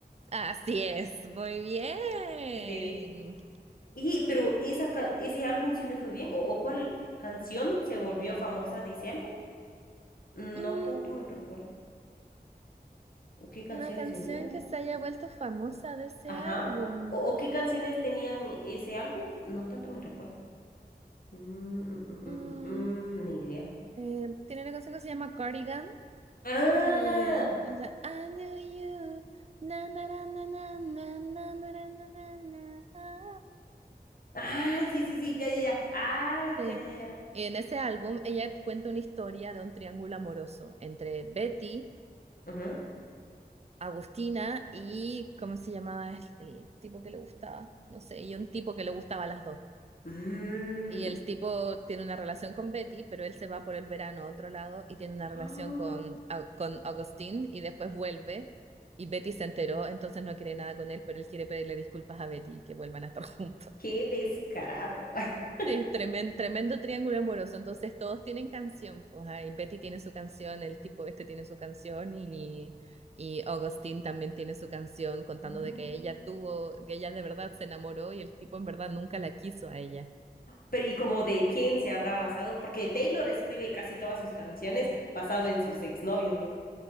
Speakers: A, on the right (about 40°); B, on the left (about 60°).
A: Así es, muy bien.
B: que te dije. Y, pero esa, ca- ese álbum sí le fue bien. ¿O, o cuál canción se volvió famosa de ese álbum? No
A: Mm,
B: tanto me recuerdo. ¿O qué canciones
A: una canción
B: venían?
A: que se haya vuelto famosa de ese
B: Ajá.
A: álbum.
B: ¿O, o qué canciones tenían ese álbum? No tanto me recuerdo. Mm, mm, mm, mm,
A: Mm,
B: mm, mm, mm, ni idea.
A: eh, tiene una canción que se llama Cardigan,
B: Ah,
A: que o sea, I knew you. na, na, na, na, na, na, na, na, na, na, na, na. ah,
B: ay, sí, sí, sí, ya, ya, ya. Ay,
A: Sí.
B: ya, ya, ya.
A: en ese álbum ella cuenta una historia de un triángulo amoroso entre Betty,
B: Ajá.
A: Agustina y, ¿cómo se llamaba el, el tipo que le gustaba? No sé, y un tipo que le gustaba a las dos.
B: Mm.
A: Y el
B: <gasps>
A: tipo tiene una relación con Betty, pero él se va por el verano a otro lado y tiene una
B: Ah,
A: relación con, Au- con Agustín y después vuelve y Betty se enteró, entonces no quiere nada con él, pero él quiere pedirle disculpas a Betty y que vuelvan a estar <laughs> juntos.
B: Qué descarado. <laughs>
A: Sí, es tremen- tremendo triángulo amoroso. Entonces todos tienen canción. Pues ahí Betty tiene su canción, el tipo este tiene su canción y, y Augustine también tiene su canción contando
B: Mm.
A: de que ella tuvo, que ella de verdad se enamoró y el tipo en verdad nunca la quiso a ella.
B: Pero ¿y como de quién se habrá basado? Porque Taylor escribe casi todas sus canciones basado en sus exnovios, ¿no?